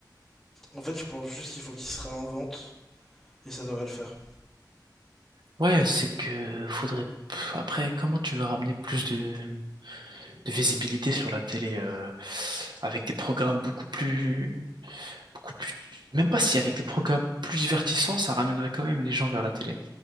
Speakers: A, in the centre; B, on the right (about 70°).
A: En fait, je pense juste qu'il faut qu'il se réinvente, et ça devrait le faire.
B: Ouais, c'est que faudrait. Pff, Après, comment tu vas ramener plus de, de visibilité sur la télé euh, avec des programmes beaucoup plus, beaucoup plus. Même pas si avec des programmes plus divertissants, ça ramènerait quand même les gens vers la télé.